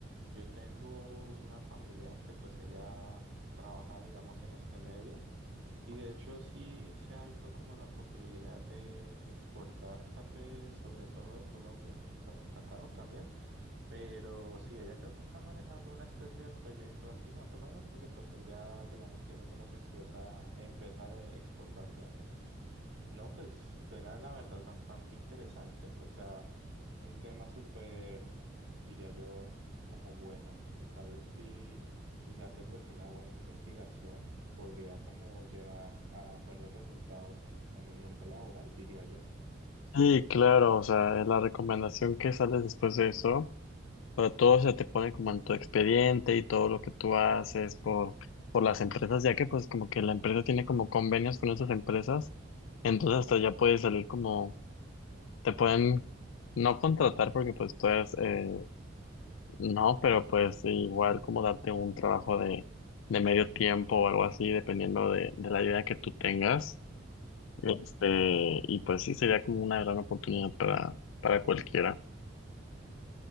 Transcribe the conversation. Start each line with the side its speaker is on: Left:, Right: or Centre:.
Right: yo tengo una familia que pues ella trabaja digamos en este medio y de hecho sí se ha visto como la posibilidad de exportar café, sobre todo de Colombia, bueno, cacao también. Pero sí, ella creo que está manejando una especie de proyecto así, más o menos, porque pues ella, digamos, tiene como se expresa empresa de exportaciones. No, pues suena la verdad bastante interesante, o sea, un tema súper, diría yo, como bueno, el cual si, si se hace pues una buena investigación, podría como llevar a buenos resultados en, en un mundo laboral, diría yo.
Left: Sí, claro, o sea, la recomendación que sale después de eso. Pero todo se te pone como en tu expediente y todo lo que tú haces por, por las empresas, ya que pues como que la empresa tiene como convenios con esas empresas, entonces hasta ya puedes salir como, te pueden no contratar porque pues tú eres, eh, no, pero pues igual como darte un trabajo de, de medio tiempo o algo así, dependiendo de, de la idea que tú tengas. Este, y pues sí, sería como una gran oportunidad para, para cualquiera.